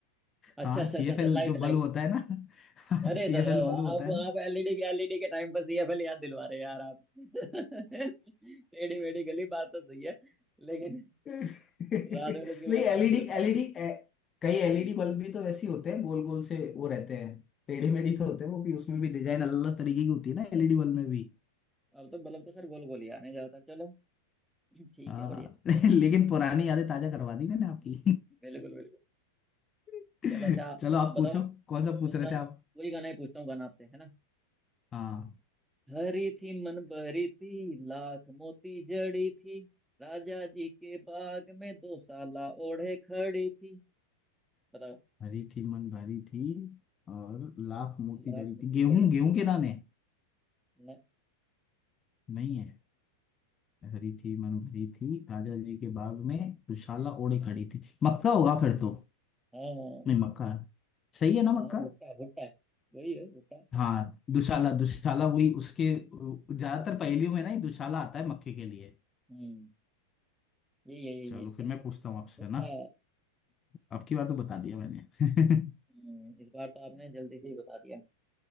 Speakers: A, in the centre; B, on the left.
A: अच्छा
B: हाँ
A: अच्छा
B: सी
A: अच्छा
B: एफ
A: अच्छा
B: एल
A: लाइट
B: जो बल्ब
A: लाइट
B: होता है ना
A: अरे
B: <laughs> सी
A: सर
B: एफ एल बल्ब होता
A: आप
B: है
A: आप एलईडी के एलईडी के टाइम पर सीएफएल याद दिलवा रहे हैं यार आप <laughs> टेढ़ी मेढ़ी गली बात तो सही है लेकिन
B: नहीं
A: रात में तो इसके बिना
B: एलईडी
A: काम नहीं चलता
B: एलईडी कई एलईडी
A: हम्म
B: बल्ब भी तो वैसे ही होते हैं गोल गोल से वो रहते हैं टेढ़ी मेढ़ी तो होते हैं वो भी उसमें भी डिजाइन अलग अलग तरीके की होती है ना एलईडी बल्ब में भी
A: अब तो बल्ब तो सर गोल गोल ही आने जाता चलो ठीक
B: हाँ
A: है बढ़िया
B: <laughs> लेकिन पुरानी यादें ताजा करवा दी मैंने आपकी
A: हम्म, बिल्कुल बिल्कुल
B: <laughs>
A: चलो अच्छा आप
B: चलो आप
A: बताओ
B: पूछो कौन सा पूछ
A: उस
B: रहे
A: गाने
B: थे आप
A: वही गाना ही पूछता हूँ गाना आपसे है ना
B: हाँ
A: हरी थी मन भरी थी लाख मोती जड़ी थी राजा जी के बाग में दो साला ओढ़े खड़ी थी बताओ
B: हरी थी मन भरी थी और लाख मोती
A: लाख
B: जड़ी
A: मोती
B: थी गेहूं
A: जड़ी थी
B: गेहूं के दाने
A: न,
B: नहीं हरी थी मनभरी थी राजा जी के बाग में दुशाला
A: हम्म,
B: ओढ़े खड़ी थी मक्का होगा फिर तो
A: हाँ
B: नहीं मक्का है। सही है ना मक्का
A: हाँ भुट्टा भुट्टा वही है भुट्टा
B: हाँ दुशाला दुशाला वही उसके ज्यादातर
A: पता नहीं
B: पहेलियों में ना ये दुशाला आता है मक्के के लिए
A: हम्म यही है यही
B: चलो
A: है इसका
B: फिर मैं पूछता हूँ आपसे
A: भुट्टा
B: है ना आपकी बार तो बता दिया मैंने
A: हम्म, इस बार तो आपने जल्दी से ही बता दिया